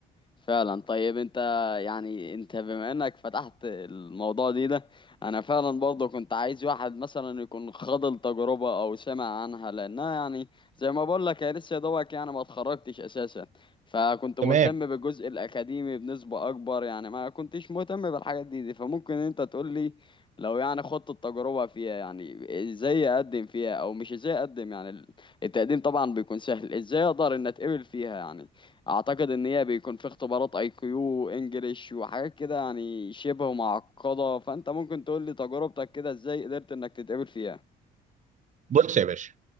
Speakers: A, on the left; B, on the right.
A: فعلا طيب انت يعني انت بما انك فتحت الموضوع دي ده انا فعلا برضه كنت عايز واحد مثلا يكون خاض التجربة او سمع عنها لانها يعني زي ما بقول لك يا لسه دوبك يعني ما اتخرجتش اساسا فكنت مهتم
B: تمام
A: بالجزء الاكاديمي بنسبة اكبر يعني ما كنتش مهتم بالحاجات دي, دي فممكن انت تقول لي لو يعني خدت التجربة فيها يعني ازاي اقدم فيها او مش ازاي اقدم يعني التقديم طبعا بيكون سهل ازاي اقدر ان اتقبل فيها يعني اعتقد ان هي بيكون في اختبارات اي كيو انجليش وحاجات كده يعني شبه معقده فانت ممكن تقول لي تجربتك كده ازاي قدرت انك تتقبل فيها
B: بص يا باشا